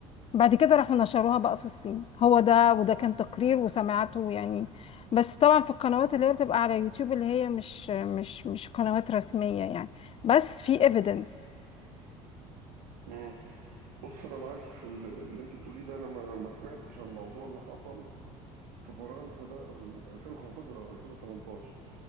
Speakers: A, on the left (about 35°); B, on the right (about 75°).
A: بعد كده راحوا نشروها بقى في الصين هو ده وده كان تقرير وسمعته يعني بس طبعا في القنوات اللي هي بتبقى على يوتيوب اللي هي مش مش مش قنوات رسمية يعني بس في evidence
B: مم. بص انا معاكي في ال- اللي انت بتقوليه ده انا ما ما سمعتش عن الموضوع اللي حصل في فرنسا ده او ال 2015 او 2018